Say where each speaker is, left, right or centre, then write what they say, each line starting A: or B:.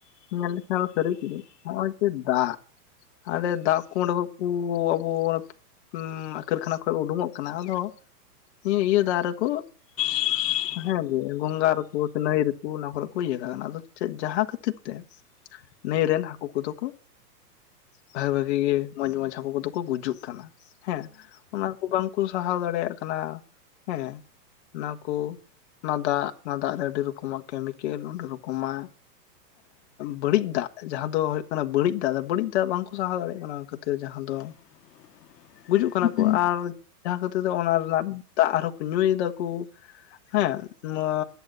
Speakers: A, on the left; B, on the left.
A: ᱢᱮᱱ‌ ᱞᱮᱠᱷᱟᱱ ᱥᱟᱹᱨᱤ ᱜᱮ ᱱᱚᱜ-ᱚᱭ ᱡᱮ ᱫᱟᱜ ᱟᱞᱮ ᱫᱟᱜ ᱠᱚ ᱚᱸᱰᱮ ᱠᱷᱚᱡ ᱠᱩ ᱟᱵᱚ ᱦᱢ ᱠᱟᱹᱨᱠᱷᱟᱱᱟ ᱠᱷᱚᱡ ᱩᱰᱩᱠᱚᱜ ᱠᱟᱱᱟ ᱟᱫᱚ ᱱᱤ-ᱤᱭᱟᱹ ᱫᱟᱜ ᱨᱮ ᱠᱚ
B: <unintelligible>
A: ᱦᱮᱸ ᱜᱮ ᱜᱚᱸᱝᱜᱟ ᱨᱮᱠᱚ ᱥᱮ ᱱᱟᱹᱭ ᱨᱮᱠᱚ ᱚᱱᱟ ᱠᱚᱨᱮ ᱠᱚ ᱤᱭᱟᱹ ᱠᱟᱜ ᱠᱟᱱᱟ ᱟᱫᱚ ᱪᱮᱫ ᱡᱟᱦᱟᱸ ᱠᱷᱟᱹᱛᱤᱨ ᱛᱮ ᱱᱟᱹᱭ ᱨᱮᱱ ᱦᱟᱹᱠᱩ ᱠᱚᱫᱚ ᱠᱚ ᱵᱷᱟᱜᱤ ᱵᱷᱟᱜᱤ ᱜᱮ ᱢᱚᱸᱡᱽ ᱢᱚᱸᱡᱽ ᱦᱟᱹᱠᱩ ᱠᱚᱫᱚ ᱠᱚ ᱜᱩᱡᱩᱜ ᱠᱟᱱᱟ ᱦᱮᱸ ᱚᱱᱟ ᱠᱚ ᱵᱟᱝᱠᱚ ᱥᱟᱦᱟᱣ ᱫᱟᱲᱮᱭᱟᱜ ᱠᱟᱱᱟ ᱦᱮᱸ ᱚᱱᱟ ᱠᱚ ᱚᱱᱟ ᱫᱟᱜ ᱚᱱᱟ ᱫᱟᱜ ᱨᱮ ᱟᱹᱰᱤ ᱨᱚᱠᱚᱢᱟᱜ ᱠᱮᱢᱤᱠᱮᱞ ᱚᱸᱰᱮ ᱨᱚᱠᱚᱢᱟᱜ ᱵᱟᱹᱲᱤᱡ ᱫᱟᱜ ᱡᱟᱦᱟᱸ ᱫᱚ ᱦᱩᱭᱩᱜ ᱠᱟᱱᱟ ᱵᱟᱹᱲᱤᱡ ᱫᱟᱜ ᱵᱟᱹᱲᱤᱡ ᱫᱟᱜ ᱵᱟᱝᱠᱚ ᱥᱟᱦᱟᱣ ᱫᱟᱲᱮᱭᱟᱜ ᱠᱟᱱᱟ ᱚᱱᱟ ᱠᱷᱟᱹᱛᱮᱤᱨ ᱡᱟᱦᱟᱸ ᱫᱚ
B: <inaudible>
A: ᱜᱩᱡᱩᱜ ᱠᱟᱱᱟ
B: ᱦᱮᱸ
A: ᱠᱚ ᱟᱨ ᱡᱟᱦᱟᱸ ᱠᱷᱟᱹᱛᱤᱨ ᱛᱮ ᱚᱱᱟ ᱨᱮᱱᱟᱜ ᱫᱟᱜ ᱟᱨᱦᱚᱸ ᱠᱚ ᱧᱩᱭ ᱮᱫᱟᱠᱚ᱾ ᱦᱮᱸ ᱱᱚᱣᱟ